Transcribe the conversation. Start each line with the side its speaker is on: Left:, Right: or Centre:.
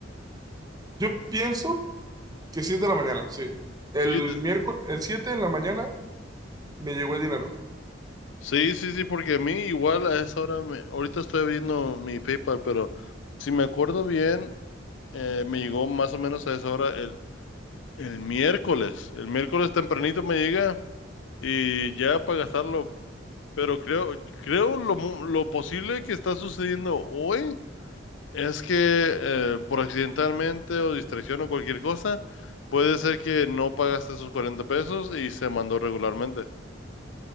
Right: yo pienso que sí es de la mañana, sí. El
Left: Sí, te-
Right: miércoles, el 7 de la mañana me llegó el dinero.
Left: sí, sí, sí, porque a mí igual a esa hora, me- ahorita estoy abriendo mi PayPal, pero si me acuerdo bien, eh, me llegó más o menos a esa hora el, el miércoles. El miércoles tempranito me llega y ya para gastarlo, pero creo, creo lo, mu- lo posible que está sucediendo hoy es que eh, por accidentalmente o distracción o cualquier cosa, puede ser que no pagaste esos 40 pesos y se mandó regularmente.